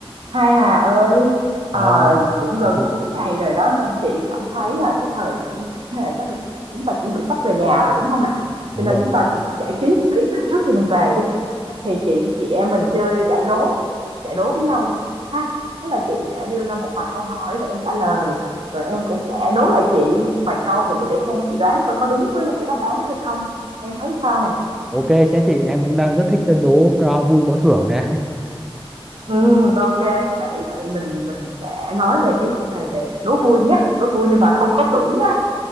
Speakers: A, on the right; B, in the centre.
A: Hai Hà ơi, ờ,
B: Ờ,
A: cũng gần
B: thế chị
A: cuối ngày rồi đó nên chị cảm thấy là cái thời điểm này là chắc là chúng ta chuẩn bị sắp về nhà rồi đúng không nè?
B: đúng
A: Cho nên
B: rồi.
A: chúng ta cũng giải trí một tí ha, trước khi mình về đi. Thì chị chị em mình chơi giải đố, giải đố với nhau đi ha. Tức là chị sẽ đưa ra một vài câu hỏi rồi em trả lời, rồi em cũng sẽ đố lại chị một vài câu vậy để để xem chị đoán coi có đúng với lại cái đáp án đó hay không. Em thấy sao nè?
B: Ok, sẽ chị em cũng đang rất thích đố uh, vui có thưởng này.
A: Ừ, ok vậy vậy mình mình sẽ nói về cái chủ đề về đố vui nhé đố vui nhưng mà không có thưởng nhé